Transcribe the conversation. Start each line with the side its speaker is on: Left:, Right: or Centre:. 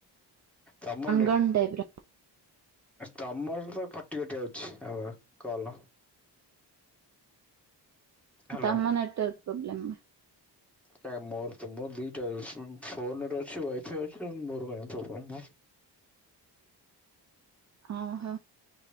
Centre: ତମ ନେ
Right: ଗଣ ଟାଇପ୍ ର
Centre: ତମର ତ କଟି କଟି ଆଉଚି ଆଉ ଆ କଲ। ହ୍ୟାଲୋ।
Right: ତମ ନେଟୱର୍କ୍ ପ୍ରୋବ୍ଲେମ୍।
Centre: ନାଇଁ ମୋର ତ ମୋ ଦିଟା ଉଁ ଫୋନ୍ ରେ ଅଛି ୱାଇଫାଇ ଅଛି ନ ମୋର କାଇଁ ପ୍ରୋବଲମ।
Right: ଅହ